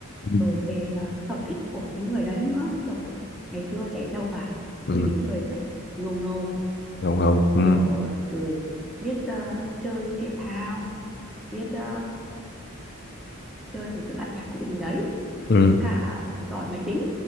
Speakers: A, on the left; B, in the centre.
A: ừ,
B: rồi về à, sở thích của cái người đấy nữa kiểu ngày xưa trẻ trâu mà
A: ừ,
B: cứ thích người phải ngầu ngầu
A: ngầu ngầu ừ,
B: kiểu à, ừ, biết ờ, chơi thể thao biết ờ, chơi một cái loại nhạc cụ gì đấy
A: ừ,
B: với cả giỏi máy tính